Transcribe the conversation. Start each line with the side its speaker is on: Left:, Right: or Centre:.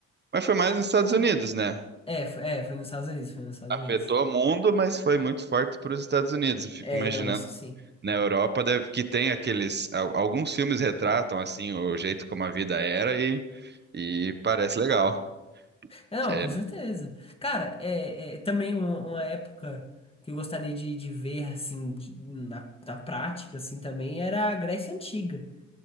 Right: Mas foi mais nos Estados Unidos, né?
Left: É, foi, é, foi nos Estados Unidos, foi nos Estados
Right: Afetou
Left: Unidos.
Right: o mundo, mas foi muito forte para os Estados Unidos. Eu fico
Left: É,
Right: imaginando
Left: não, isso sim.
Right: na Europa deve, que tem aqueles. al- Alguns filmes retratam assim o jeito como a vida era e, e parece legal.
Left: É, Não,
Right: É,
Left: com certeza. Cara, é, é também uma, uma época que eu gostaria de, de ver, assim, de- na, na prática, assim, também era a Grécia Antiga.